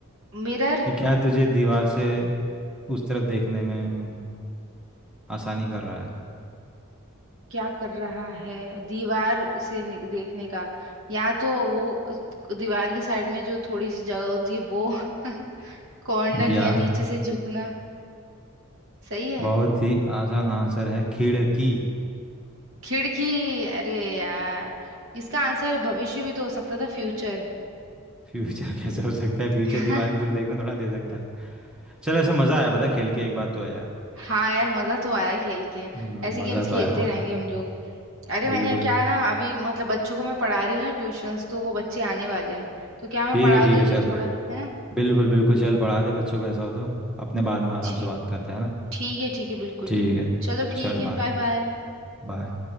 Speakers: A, on the right (about 65°); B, in the centre.
A: मिरर
B: कि क्या तुझे दीवार से उस तरफ देखने में हम्म, आसानी कर रहा है
A: क्या कर रहा है दीवार से नि- देखने का या तो वो उस- दीवार के साइड में जो थोड़ी सी जगह होती है वो <laughs> कॉर्नर
B: या
A: या नीचे से झुकना सही है
B: बहुत ही आसान आंसर है खिड़की
A: खिड़की अरे यार इसका आंसर भविष्य भी तो हो सकता था फ्यूचर
B: फ्यूचर <laughs> कैसे हो सकता है
A: <laughs>
B: फ्यूचर दीवार के थ्रू देखना थोड़ा दे सकता है चलो ऐसा मज़ा आया पता है, खेल के एक बात तो है यार
A: हाँ यार मजा तो आया खेल के
B: हम्म,
A: ऐसे गेम्स
B: मज़ा तो
A: खेलते
B: आया बहुत
A: रहेंगे
B: है
A: हम लोग अरे मैंने
B: बिल्कुल
A: क्या ना अभी मतलब बच्चों को मैं पढ़ा रही हूँ ना ट्यूशंस तो वो बच्चे आने वाले हैं तो क्या मैं
B: ठीक
A: पढ़ा
B: है ठीक
A: देती
B: है चल
A: हूँ थोड़ा
B: फिर
A: है ना
B: बिल्कुल बिल्कुल चल पढ़ा दे बच्चों को ऐसा हो तो अपने बाद में आराम
A: ठी-
B: से बात करते हैं ना
A: ठीक है ठीक है बिल्कुल
B: ठीक
A: बिल्कुल
B: है
A: चलो
B: चल
A: ठीक है
B: बाय
A: बाय बाय
B: बाय